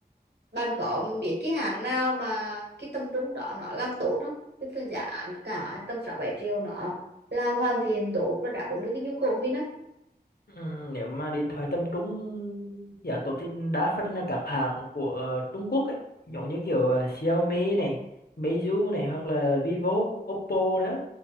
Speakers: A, on the right; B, on the left.
A: bạn có biết cái hàng nào mà cái tầm trung đó nó làm tốt không cái tầm giá cả tầm sáu bảy triệu nó làm hoàn thiện tốt và đáp ứng được cái nhu cầu của mình không
B: Ừ, nếu mà điện thoại tầm trung giá tốt thì đa phần là các hãng của ờ, Trung Quốc ấy giống như kiểu ờ, Xiaomi này, Meizu này hoặc là Vivo, Oppo nữa.